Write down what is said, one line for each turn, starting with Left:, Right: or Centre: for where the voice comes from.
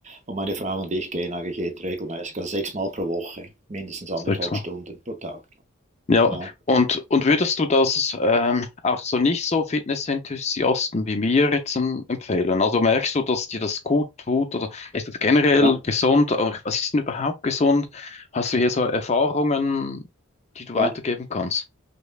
Right: und meine Frau und ich gehen eigentlich jetzt regelmäßig, also sechsmal pro Woche, mindestens anderthalb
Left: Sechsmal.
Right: Stunden pro Tag.
Left: Ja,
Right: Ja,
Left: und, und würdest du das ähm, auch so nicht so Fitness-Enthusiasten wie mir jetzt ähm, empfehlen? Also merkst du, dass dir das gut tut oder ist das generell
Right: ja,
Left: gesund? Oder Was ist denn überhaupt gesund? Hast du hier so Erfahrungen, die du weitergeben
Right: ja.
Left: kannst?